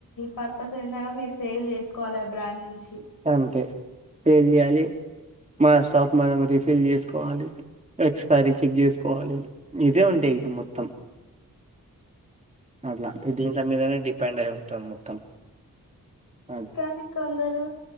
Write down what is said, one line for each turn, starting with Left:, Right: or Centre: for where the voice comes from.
Left: పర్పస్ ఎందడ మీరు సేల్ చేసుకోవాలి ఆ బ్రాండ్ నుంచి
Right: అంతే ఇప్పుడు ఎం చేయాలే మన స్టాక్ మనం రీఫిల్ చేసుకోవాలి ఎక్స్పైరీ చెక్ చేసుకోవాలి ఇవే ఉంటాయి ఇగ మొత్తం అట్లా అంటే దీంట్ల మీదనే డిపెండ్ అయి ఉంటాం మొత్తం అది
Left: కానీ కొందరు